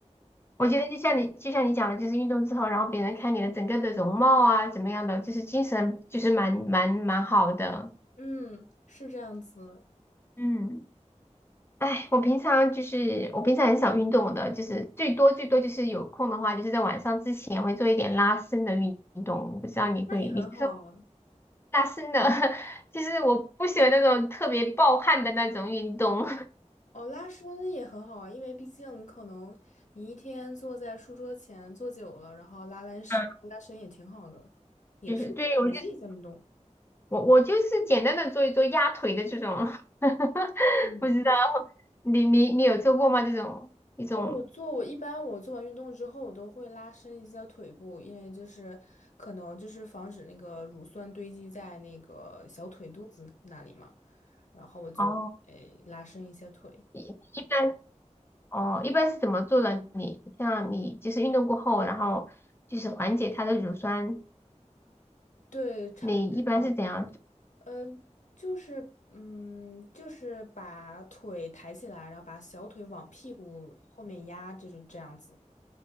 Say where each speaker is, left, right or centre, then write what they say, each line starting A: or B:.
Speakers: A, on the left; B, on the left.
A: 我觉得就像你就像你讲的，就是运动之后，然后别人看你的整个的容貌啊，怎么样的，就是精神就是蛮蛮蛮好的。
B: 嗯，是这样子，
A: 嗯哎，我平常就是我平常很少运动的，就是最多最多就是有空的话，就是在晚上之前会做一点拉伸的运动。我不知道你会，
B: 那也很好啊。
A: 你是拉伸的，<laughs> 就是我不喜欢那种特别暴汗的那种运动，
B: 哦，拉伸也很好啊，因为毕竟可能你一天坐在书桌前坐久了，然后拉拉伸拉伸也挺好的，
A: <laughs> 嗯，
B: 也是也是一项运动。
A: 就是对我就是我我就是简单的做一做压腿的这种，<laughs>
B: 嗯，
A: 不知道你你你有做过吗？这种一种
B: 哦，我做我一般我做完运动之后，我都会拉伸一下腿部，因为就是可能就是防止那个乳酸堆积在那个小腿肚子那里嘛，然后我就会拉伸一下腿。
A: 哦，一一般哦一般是怎么做的？你像你就是运动过后，然后就是缓解它的乳酸，
B: 对，差不多是这样。
A: 你一般是怎样做
B: 嗯，就是嗯，就是把腿抬起来，然后把小腿往屁股后面压，就是这样子，